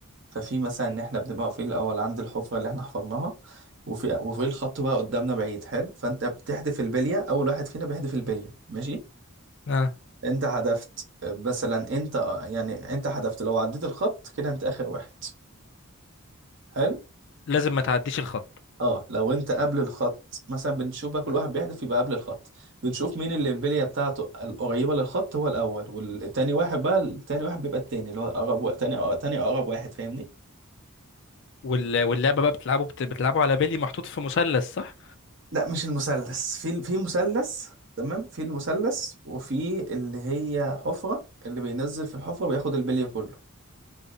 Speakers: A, on the right; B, on the left.
A: ففي مثلا ان احنا بنبقى واقفين الاول عند الحفره اللي احنا حفرناها وفي وفي الخط بقى قدامنا بعيد حلو فانت بتحدف البليه اول واحد فينا بيحدف البليه ماشي
B: اه
A: انت حدفت آه، مثلا انت آه، يعني انت حدفت لو عديت الخط كده انت اخر واحد حلو
B: لازم ما تعديش الخط
A: اه لو انت قبل الخط مثلا بنشوف بقى كل واحد بيحدف يبقى قبل الخط بنشوف مين اللي البليه بتاعته القريبه للخط هو الاول والتاني واحد بقى التاني واحد بيبقى التاني اللي هو اقرب وا- تاني تاني اقرب واحد فاهمني
B: وال... واللعبه بقى بتلعبوا بت... بتلعبوا على بيلي محطوط في مثلث صح
A: لا مش المثلث في في مثلث تمام في المثلث وفي اللي هي حفرة اللي بينزل في الحفرة بياخد البلي كله